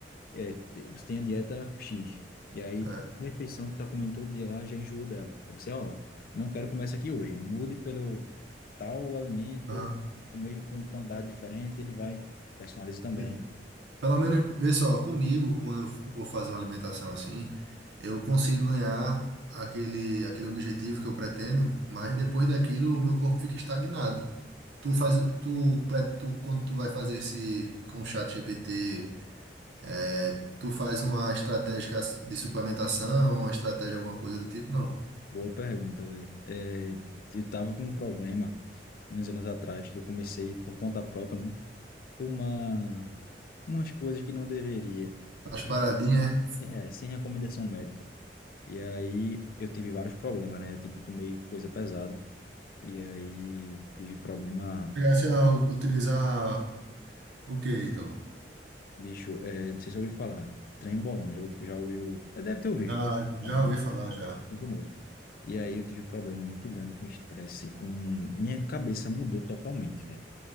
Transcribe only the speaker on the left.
é, você tem a dieta X, e aí
uma refeição que tá comendo todo dia lá já enjoou dela. Aí você, ó, não quero comer essa aqui hoje, mude pelo tal alimento,
com meio com quantidade diferente, ele vai, personaliza também.
Boa pergunta, velho. É, eu tava com um problema uns anos atrás, que eu comecei por conta própria, né? Tomar umas coisas que não deveria,
sem,
é, sem recomendação médica. E aí eu tive vários problemas, né? Tipo, tomei coisa pesada. E aí tive problema,
bicho, é, não sei se eu ouviu falar, trembolona, já, já ouviu, é, deve ter ouvido,
falar, né?
É famoso. E aí eu tive um problema muito grande com estresse, com... Minha cabeça mudou totalmente, velho.